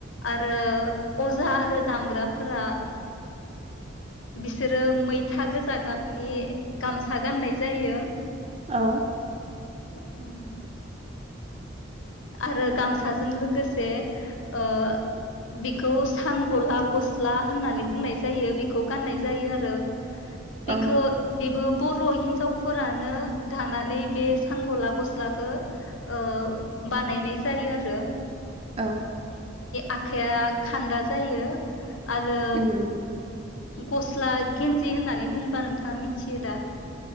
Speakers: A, on the left; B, on the right.
A: आरो अजा आरो दामग्राफोरा बिसोरो मैथा गोजा गाब नि गामसा गाननाय जायो।
B: औ
A: <unintelligible> आरो गामसाजों लोगोसे ओ बेखौ सान गला गस्ला होननानै बुंनाय जायो बेखौ गाननाय जायो आरो। बेखो
B: औ
A: बेबो बर' हिन्जावफोरानो दानानै बे सान गला गस्लाखौ ओ बानायनाय जायो आरो।
B: औ।
A: आखाइआ खान्दा जायो। आलो
B: उम उम
A: गस्ला गेन्जि होननानै बुंब्ला नोंथाङा मिथियो दा?